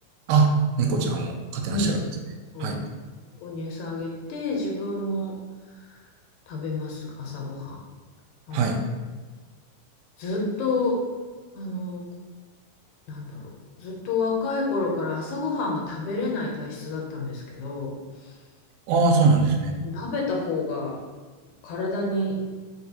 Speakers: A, on the right; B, on the left.
A: あ、猫ちゃんを飼ってらっしゃるんですね。
B: うん。そう、
A: はい。
B: 猫に餌あげて、自分も食べます、朝ごはん。あの、
A: はい。
B: ずっと、あの、なんだろう。ずっと若い頃から朝ごはんが食べれない体質だったんですけど、
A: ああ、
B: な
A: そうなんですね。
B: 食べた方が体に